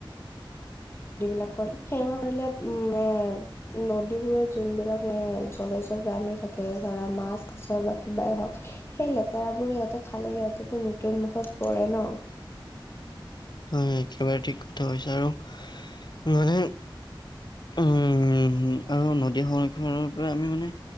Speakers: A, on the left; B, on the left.
A: দি বিলাকত সেৱা কৰিলে উ মে- নদীবোৰত যোনবিলাক মে জলচ প্ৰণী থাকে ধৰা মাছ কাছৰ বা কিবাই হওক- সেই লেতেৰাবোৰ সিহঁতে খালে সিহঁতেতো মৃত্যুুৰ মুখত পৰে ন।
B: হয় একেবাৰে ঠিক কথা কৈছা, আৰু মানে উম- উম আৰু নদী সংৰক্ষণ পৰা আমি মানে